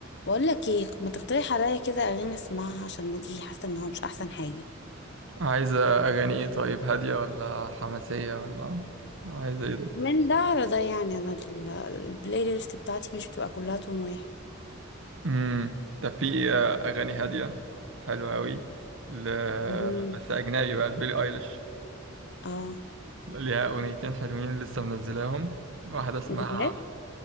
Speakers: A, on the left; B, on the right.
A: بقول لك ايه ما تقترح عليا كده اغاني اسمعها عشان مودي حاسه ان هو مش احسن حاجه
B: عايزة أغاني إيه طيب هادية ولا حماسية ولا عايزة إيه ده؟
A: من ده على ده يعني انا ال- البلاي ليست بتاعتي مش بتبقى كلها تون واحد
B: مم. ده في آه، أغاني هادية حلوة أوي ل...
A: مم.
B: بس أجنبي بقى لبيلي أيليش
A: اه
B: ليها أغنيتين حلوين لسه منزلاهم واحدة اسمها
A: جداد